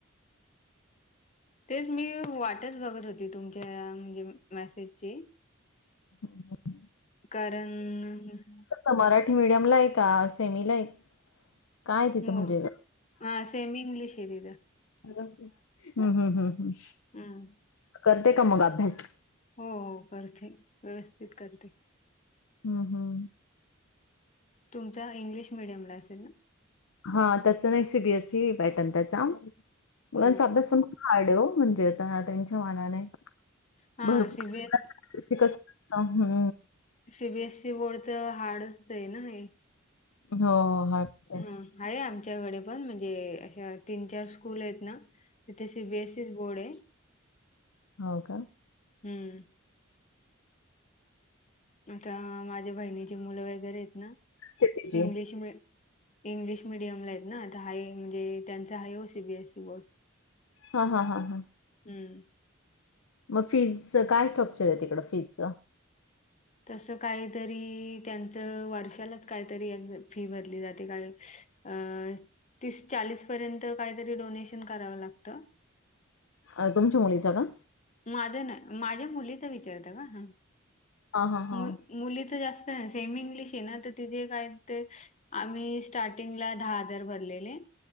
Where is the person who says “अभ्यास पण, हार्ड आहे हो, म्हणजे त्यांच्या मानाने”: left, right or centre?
Left